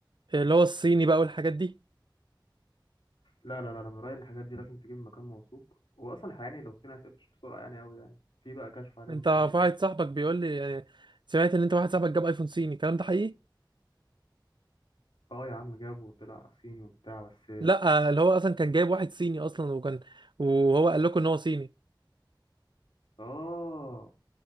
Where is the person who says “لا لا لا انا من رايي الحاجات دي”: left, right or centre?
Left